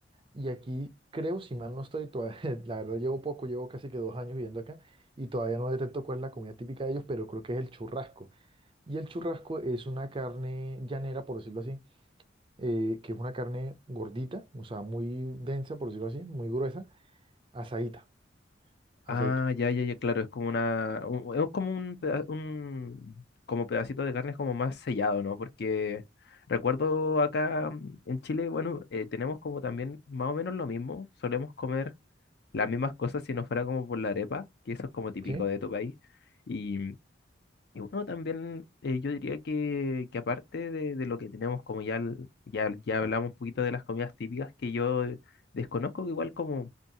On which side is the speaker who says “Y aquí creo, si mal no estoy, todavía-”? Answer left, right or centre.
Right